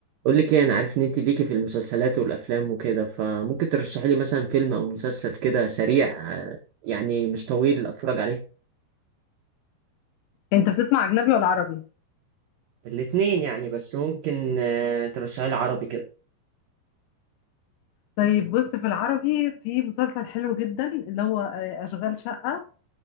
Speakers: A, on the right (about 75°); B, on the left (about 85°).
A: قول لك ايه انا عارف ان انت ليكي في المسلسلات والافلام وكده فممكن ترشحي لي مثلا فيلم او مسلسل كده سريع آه، يعني مش طويل اتفرج عليه
B: انت بتسمع اجنبي ولا عربي
A: الاتنين يعني بس ممكن آه، ترشحي لي عربي كده
B: طيب بص في العربي في مسلسل حلو جدا اللي هو آه، اشغال شقة